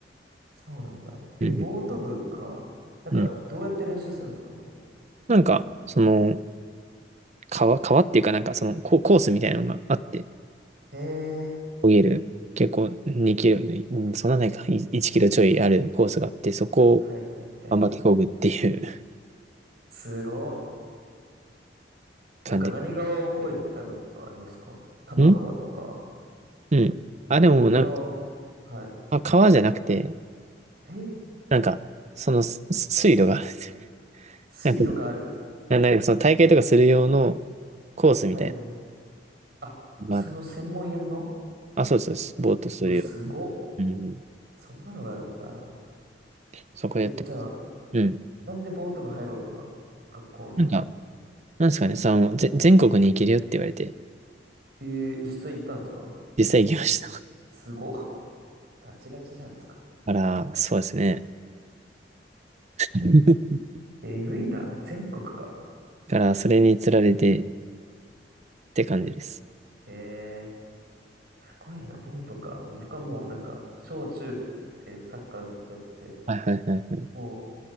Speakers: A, on the right; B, on the right.
A: そうなんだ。え、
B: うん。
A: ボート部か。なんか、
B: うん。
A: どうやって練習するんですかも
B: なんか、その、川、川っていうかなんかそのココースみたいなのがあって、
A: うへえ、
B: 見える、結構2キロ、うん、そんなないか、い1キロちょいあるコースがあって、そこを
A: はいはいはい。
B: 頑張ってこぐっていう
A: すごっ。
B: 感じ。
A: なんか何川を越えてたとかありますか多摩川とか。
B: んうん。あ、でもなんか、
A: 何川、はい。
B: あ川じゃなくて、
A: え、
B: なんか、そのす水路があるんですよ。
A: 水路がある。
B: <laughs> なんか、ななんかその大会とかする用のコースみたい
A: はいはいはい。あ、
B: なのが。
A: その専門用の
B: あ、そうそうです、ボートするよ。
A: うわ、すごっ。
B: うん。
A: そんなのがあるんだ。
B: そこでやってます。
A: え、じゃあ、
B: うん。
A: なんでボート部入ろうとか、学校の時に。
B: なんか、なんですかね、その、ぜ、全国に行けるよって言われて、
A: えー、実際行ったんですか
B: 実際行きました。
A: すごっ。<laughs> ガチガチじゃないですか。
B: <laughs> から、そうですね。<laughs>
A: えぐいな。全国か。
B: から、それにつられてって感じです。
A: へえ、すごいな。ボートか。もう僕はもうなんか、小中でサッカーずっとやってて、
B: はいはいはいはい。
A: も